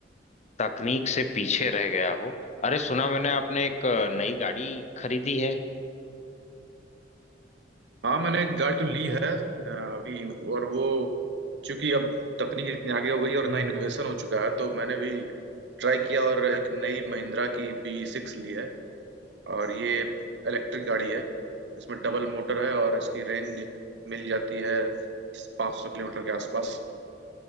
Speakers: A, on the left; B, on the right.
A: तकनीक से पीछे रह गया हो अरे सुना मैंने आपने एक अ, नई गाड़ी खरीदी है
B: हाँ मैंने एक गाड़ी तो ली है अ, अभी और वो चूंकि अब तकनीक इतनी आगे हो गई है और ना इनोवेशन हो चुका है तो मैंने भी ट्राई किया और एक नई महिंद्रा की बी सिक्स ली है और ये इलेक्ट्रिक गाड़ी है इसमें डबल मोटर है और इसकी रेंज मिल जाती है 500 किलोमीटर के आसपास